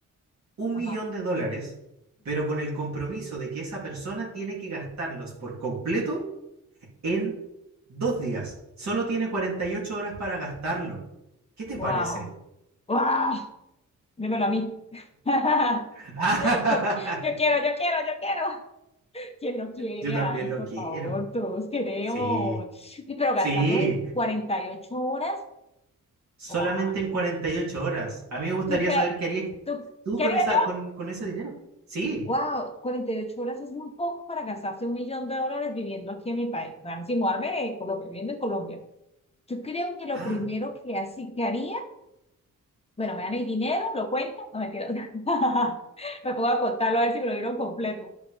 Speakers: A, on the right; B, on the left.
A: un
B: Ajá.
A: millón de dólares, pero con el compromiso de que esa persona tiene que gastarlos por completo en dos días. Solo tiene 48 horas para gastarlo. ¿Qué te
B: Wow.
A: parece?
B: ¡Wow! Dímelo a mí. <laughs>
A: <laughs>
B: Yo, yo quiero, yo quiero, yo quiero. ¿Quién no quiere?
A: Yo también
B: Ay,
A: lo
B: por
A: quiero.
B: favor, todos queremos.
A: Sí,
B: Y Pero
A: sí.
B: gastarlo en 48 horas.
A: Solamente
B: ¡Wow!
A: en 48 horas. A mí me gustaría
B: ¿Tú qué,
A: saber qué harías
B: tú,
A: tú
B: qué
A: con
B: haría
A: esa,
B: yo?
A: con, con ese dinero. Sí.
B: ¡Wow! cuarenta y ocho horas es muy poco para gastarse un millón de dólares viviendo aquí en mi país. O sea, si mudarme, Colombia, viviendo en Colombia. Yo creo que lo
A: Ah.
B: primero que así que haría, bueno, me dan el dinero, lo cuento, no mentiras. <laughs> Me pongo a contarlo a ver si me lo dieron completo.